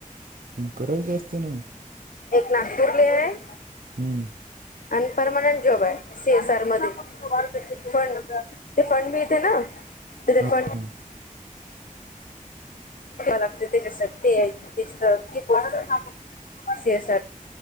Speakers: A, on the right; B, on the left.
A: तु कराय जास्ती नाही.
B: एक नागपूर ल ऐ.
A: हम्म.
B: आणि परमानंट जॉब आहे सी एसआर मध्ये पण रिफंड मी येते ना तर
A: हां
B: रिफंड
A: हां
B: लागते त्याच्यासाठी ते त्याच्या तर पो सेस